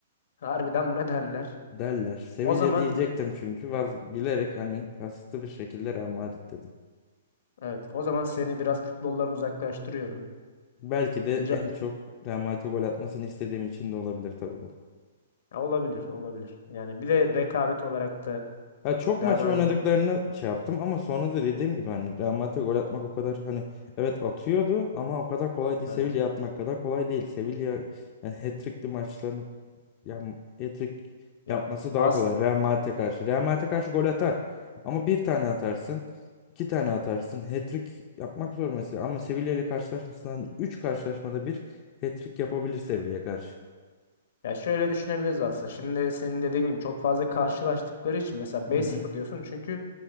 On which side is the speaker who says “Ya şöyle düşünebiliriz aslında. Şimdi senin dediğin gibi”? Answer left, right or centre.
Left